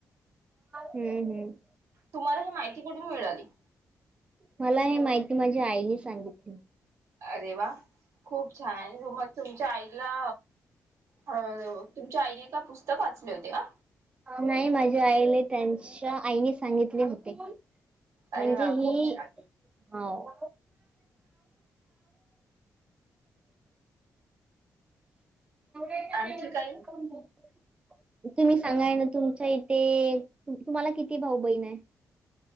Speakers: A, on the right (about 20°); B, on the right (about 60°).
A: हम्म हम्म.
B: तुम्हाला ही माहिती कठून मिळाली?
A: मला हे माहिती माझ्या आईने सांगितली.
B: अरे वा खूप छान आहे मग तुमच्या आईला. अ तुमच्या आईने का पुस्तक वाचले होते का?
A: नाही माझ्या आईने त्यांच्या आईने सांगितले होते. म्हणजे
B: अरे वा
A: ही
B: खूप छान
A: हो. <unintelligible>
B: आणखी काही?
A: तुम्ही सांगाय ना तुमच्या इथे तुम्हाला किती भाऊ बहीण आहेत?